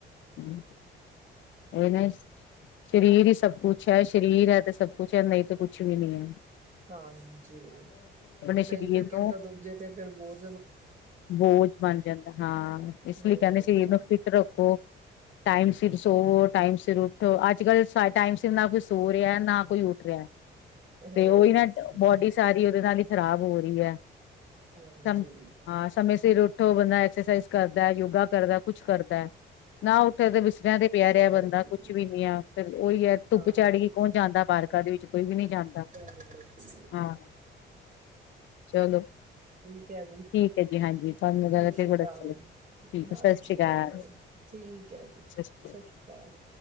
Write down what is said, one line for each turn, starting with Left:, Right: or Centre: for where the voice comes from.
Left: <inaudible> ਔਵਰਨੇਸ। ਸਰੀਰ ਹੀ ਸਭ ਕੁਛ ਐ, ਸਰੀਰ ਐਤੇ ਸਭ ਕੁਛ ਐ ਨਹੀਂ ਤੇ ਕੁਛ ਵੀ ਨੀ ਐ।
Right: ਹਾਂਜੀ,
Left: ਸਰੀਰ
Right: ਨਹੀਂ ਫ਼ੇਰ ਕਈਦਾ
Left: ਨੂੰ
Right: ਤਾਂ ਦੂਜੇ ਤੇ ਫੇਰ ਬਹੁਤ
Left: ਬੋਝ ਬਣ ਜਾਂਦਾ ਹਾਂ। ਇਸ
Right: ਹੋਰ
Left: ਲਈ ਕਹਿੰਦੇ ਸਰੀਰ
Right: ਕਿਆ
Left: ਨੂੰ ਫਿਟ ਰੱਖੋ। ਟਾਈਮ ਸਿਰ ਸੋਵੋ, ਟਾਈਮ ਸਿਰ ਉੱਠੋ। ਅੱਜ-ਕੱਲ੍ਹ ਟਾਈਮ ਸਿਰ ਨਾ ਕੋਈ ਸੋ ਰਿਹਾ ਨਾ ਕੋਈ ਉੱਠ ਰਿਹਾ।
Right: ਹੋਰ
Left: ਤੇ ਉਹੀ ਨਾ
Right: ਕੀ
Left: ਬੋਡੀ ਸਾਰੀ ਉਹਦੇ ਨਾਲ ਹੀ ਖ਼ਰਾਬ ਹੋ ਰਹੀ ਹੈ।
Right: ਹਾਂਜੀ
Left: ਸਮ ਹਾਂ ਸਮੇਂ ਸਿਰ ਉਠੋ। ਬੰਦਾ ਐਕਸਰਸਾਈਜ਼ ਕਰਦਾ, ਯੋਗਾ ਕਰਦਾ, ਕੁਛ ਕਰਦਾ ਹੈ ਨਾ ਉੱਠੇ ਤੇ ਬੈਡ ਤੇ ਪਿਆ
Right: ਹੋਰ
Left: ਰਿਹਾ ਬੰਦਾ
Right: ਕੀ
Left: ਕੁੱਛ ਵੀ ਨੀ ਹੈ। ਫਿਰ ਉਹੀ ਐ ਧੁੱਪ
Right: ਹਾਂਜੀ
Left: ਚਾੜੀ ਗਈ ਕੌਣ ਜਾਂਦਾ ਪਾਰਕਾਂ ਦੇ ਵਿੱਚ ਕੋਈ ਵੀ ਨੀ ਜਾਂਦਾ,
Right: ਹੋਰ ਕੀ
Left: ਆ ਚਲੋ।
Right: <inaudible>
Left: ਠੀਕ ਹੈ ਜੀ ਹਾਂਜੀ। ਤੁਹਾਨੂੰ ਗੱਲ ਕਰਕੇ
Right: ਸ਼ਸ਼ੀਕਾਲ।
Left: ਬੜਾ ਅੱਛਾ ਲੱਗਾ ਠੀਕ
Right: ਹਾਂਜੀ,
Left: ਹੈ ਸਤਿ ਸ਼੍ਰੀ ਅਕਾਲ
Right: ਮੈਨੂੰ ਵੀ, ਠੀਕ ਐ,
Left: ਸਤਿ ਸ਼੍ਰੀ ਅਕਾਲ।
Right: ਸ਼ਸ਼ੀਕਾਲ।